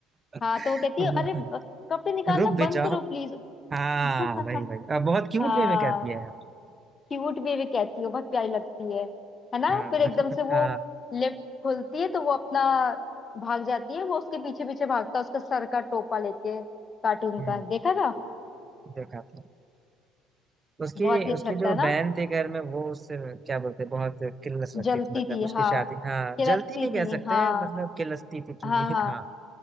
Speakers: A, on the right; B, on the left.
A: ना
B: हाँ तो वो कहती
A: <laughs>
B: है अरे ब- कपड़े निकालना
A: रुक भी
B: बंद
A: जाओ
B: करो प्लीज
A: हाँ
B: <laughs>
A: भाई भाई अब बहुत क्यूट
B: हाँ
A: वे में कहती है यार
B: क्यूट भी भी कहती है बहुत प्यारी लगती है है ना
A: हाँ
B: फिर एकदम से वो
A: हाँ
B: लिफ्ट खुलती है तो वो अपना भाग जाती है वो उसके पीछे पीछे भागता है उसका सर का टोपा लेके कार्टून
A: हम्म,
B: का देखा था
A: देखा था उसकी
B: बहुत ही अच्छा
A: उसकी
B: लगता
A: जो
B: है ना
A: बहन थी घर में वो उससे क्या बोलते हैं, बहुत किल्लस रखती
B: जलती
A: थी मतलब
B: थी
A: उसकी
B: हाँ
A: शादी हाँ
B: खिलस्ती
A: जलती नहीं
B: थी
A: कह सकते
B: हाँ
A: हैं मतलब किल्लसती थी कि
B: हाँ हाँ
A: <laughs> हाँ